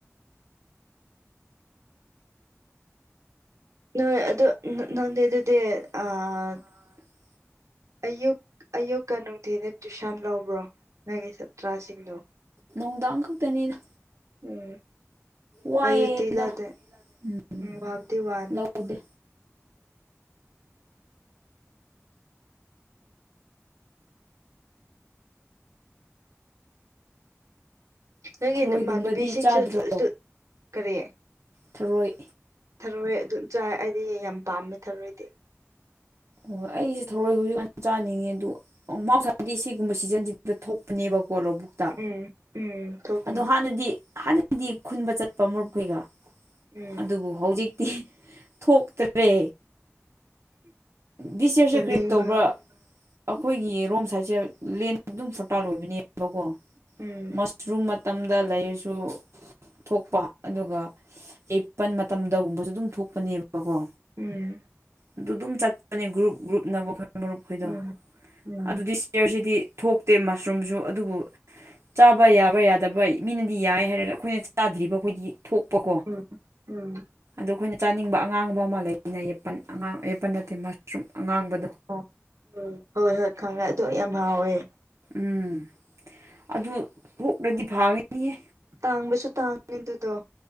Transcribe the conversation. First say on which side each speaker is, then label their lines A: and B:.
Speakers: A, on the right; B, on the right.
A: ꯅꯣꯏ ꯑꯗꯣ
B: ꯍꯣꯏ ꯑꯗꯨ
A: ꯅꯪꯗꯤ ꯑꯗꯨꯗꯤ
B: ꯑꯗꯨꯗꯤ
A: ꯑꯥ
B: ꯆꯠꯂꯤꯗꯤ
A: ꯑꯌꯨꯛ ꯑꯌꯨꯛꯀ ꯅꯨꯡꯊꯤꯗ ꯇꯨꯏꯁꯟ ꯂꯧꯕ꯭ꯔꯣ ꯅꯪꯒꯤ ꯁꯥꯇ꯭ꯔꯁꯤꯡꯗꯣ
B: ꯅꯨꯡꯗꯥꯡ ꯈꯛꯇꯅꯤꯅ
A: ꯎꯝ
B: ꯋꯥꯏꯑꯦꯗ
A: ꯑꯌꯨꯛꯇꯤ ꯂꯧꯗꯦ
B: ꯎꯝ
A: ꯋꯥꯕꯗꯤ ꯎꯝ ꯋꯥꯅꯤ
B: ꯂꯧꯗꯦ
A: ꯅꯪꯒꯤ
B: ꯊꯔꯣꯏꯒꯨꯝꯕꯗꯤ
A: ꯏꯃꯥꯟꯅꯕꯤꯁꯤꯡꯁꯨ
B: ꯆꯥꯗ꯭ꯔꯣ
A: ꯑꯗꯨ ꯀꯔꯤ
B: ꯊꯔꯣꯏ
A: ꯊꯔꯣꯏ ꯑꯗꯨꯝ ꯆꯥꯏ ꯑꯩꯗꯤ ꯌꯥꯝ ꯄꯥꯝꯃꯦ ꯊꯔꯣꯏꯗꯤ
B: ꯍꯣꯏ ꯑꯩꯁꯦ ꯊꯔꯣꯏ ꯍꯧꯖꯤꯛ ꯌꯥꯝ ꯆꯥꯅꯤꯡꯉꯦ ꯑꯗꯨ ꯃꯍꯧꯁꯥꯗꯤ ꯁꯤꯒꯨꯝꯕ ꯁꯤꯖꯟꯁꯤꯗ ꯊꯣꯛꯄꯅꯦꯕꯀꯣ ꯀꯣ ꯂꯧꯕꯨꯛꯇ
A: ꯎꯝ ꯎꯝ ꯊꯣꯛꯀꯅꯤ
B: ꯑꯗꯣ ꯍꯥꯟꯅꯗꯤ ꯍꯥꯟꯅꯗꯤ ꯈꯨꯟꯕ ꯆꯠꯄ ꯃꯔꯨꯞꯈꯣꯏꯒ
A: ꯎꯝ
B: ꯑꯗꯨꯕꯨ ꯍꯧꯖꯤꯛ ꯇꯤ ꯊꯣꯛꯇ꯭ꯔꯦ ꯗꯤꯁ ꯌꯔꯁꯨ
A: ꯆꯥꯅꯤꯡꯕ
B: ꯀꯔꯤ ꯇꯧꯕ꯭ꯔꯥ ꯑꯩꯈꯣꯏꯒꯤ ꯔꯣꯝ ꯁꯥꯏꯠꯁꯦ ꯂꯦꯟ ꯑꯗꯨꯝ ꯐꯔꯇꯥꯏꯜ ꯑꯣꯏꯕꯅꯦꯕꯀꯣ
A: ꯎꯝ
B: ꯃꯁꯔꯨꯝ ꯃꯇꯝꯗ ꯂꯩꯔꯁꯨ ꯊꯣꯛꯄ ꯑꯗꯨꯒ ꯑꯦꯄꯜ ꯃꯇꯝꯗꯒꯨꯝꯕꯁꯨ ꯑꯗꯨꯝ ꯊꯣꯛꯄꯅꯦꯕꯀꯣ
A: ꯎꯝ
B: ꯑꯗꯨ ꯑꯗꯨꯝ ꯆꯠꯄꯅꯦ ꯒ꯭ꯔꯨꯞ ꯒ꯭ꯔꯨꯞꯅꯅꯕ ꯑꯩꯈꯣꯏ ꯃꯔꯨꯞꯈꯣꯏꯗꯣ
A: ꯎꯝ ꯎꯝ
B: ꯑꯗꯨꯗꯤ ꯁꯤꯌꯔꯁꯤꯗꯤ ꯊꯣꯛꯇꯦ ꯃꯁꯔꯨꯝꯁꯨ ꯑꯗꯨꯕꯨ ꯆꯥꯕ ꯌꯥꯕ ꯌꯥꯗꯕ ꯃꯤꯅꯗꯤ ꯌꯥꯏ ꯍꯥꯏꯔꯒ ꯑꯩꯈꯣꯏꯅ ꯆꯥꯗ꯭ꯔꯤꯕ ꯑꯩꯈꯣꯏꯗꯤ ꯊꯣꯛꯄꯀꯣ ꯑꯣ
A: ꯎꯝ ꯎꯝ ꯎꯝ
B: ꯑꯩꯈꯣꯏꯅ ꯆꯥꯅꯤꯡꯕ ꯑꯉꯥꯡꯕ ꯑꯃ ꯂꯩꯅꯄꯟ ꯑꯉꯥꯡ ꯌꯦꯄꯟ ꯅꯠꯇꯦ ꯃꯁꯔꯨꯝ ꯑꯉꯥꯡꯕꯗꯣ
A: ꯎ ꯍꯣꯏ ꯍꯣꯏ ꯈꯪꯉꯦ ꯌꯥꯝ ꯍꯥꯎꯋꯦ
B: ꯎꯝ ꯑꯗꯨ ꯀꯣꯛꯅꯗꯤ ꯐꯥꯒꯅꯤꯍꯦ
A: ꯇꯥꯡꯕꯁꯨ ꯇꯥꯡꯉꯅꯤ ꯑꯗꯨꯗꯣ